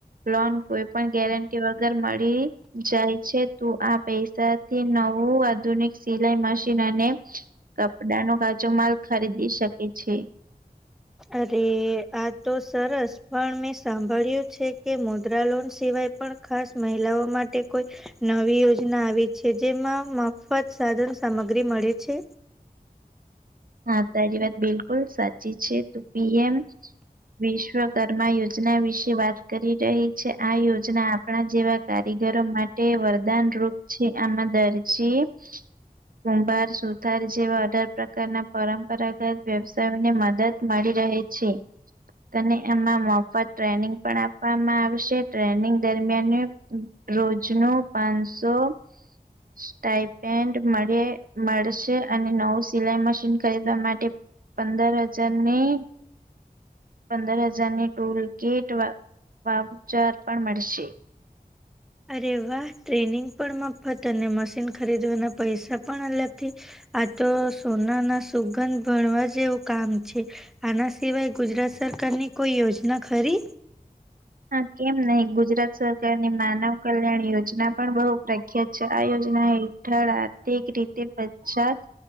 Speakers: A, on the right (about 65°); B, in the centre.
A: લોન કોઈ પણ ગેરંટી વગર મળી જાય છે. જાય છે. તું આ પૈસાથી નવું આધુનિક સિલાઈ મશીન અને કપડા નો કાચો માલ ખરીદી શકે છે.
B: અરે આ તો સરસ પણ મેં સાંભળ્યું છે કે મુદ્રા લોન સિવાય પણ ખાસ મહિલાઓ માટે કોઈ નવી યોજના આવી છે જેમાં મફત સાધન સામગ્રી મળે છે.
A: હા તારી વાત બિલકુલ સાચી છે તું પી. એમ વિશ્વકર્મા યોજના વિશે વાત કરી રહી છે. આ યોજના આપણા જેવા કારીગરો માટે તે વરદાન રૂપ છે. આમાં દરજી કુંભાર, સુથાર જેવા અઢાર પ્રકારના પરંપરાગત વ્યવસાયોને મદદ મળી રહે છે. તને એમાં મફત ટ્રેનિંગ પણ આપવામાં આવશે. ટ્રેનિંગ દરમિયાન રોજનું પાંનસો ટાઈપેન્ટ મળશે અને નવું સિલાઈ મશીન ખરીદવા માટે પંદર હજારની પંદર હજારની ટૂલ કીટ વાઉચર પણ મળશે.
B: અરે વાહ ટ્રેનિંગ પણ મફત અને મશીન ખરીદવાના પૈસા પણ અલગથી આ તો સોનાના સુગંધ ભણવા જેવું કામ છે. આના સિવાય ગુજરાત સરકારની કોઈ યોજના ખરી?
A: હા. કેમ નહી ગુજરાત સરકારની માનવ કલ્યાણ યોજના પણ બહુ પ્રખ્યાત છે. આ યોજના હેઠળ આર્થિક રીતે પછાત